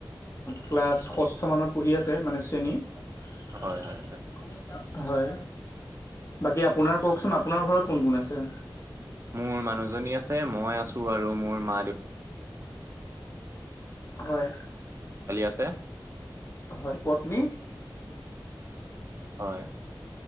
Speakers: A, on the left; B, on the right.
A: ক্লাছ ষষ্ঠ মানত পঢ়ি আছে মানে শ্ৰেণী <unintelligible>
B: হয় হয় হয়
A: হয় বাকী আপোনাৰ কওকচোন আপোনাৰ ঘৰত কোন কোন আছে
B: মোৰ মানুহজনী আছে <unintelligible> ছোৱালী
A: হয়
B: আছে <inaudible>
A: হয় পত্নী <inaudible>
B: হয়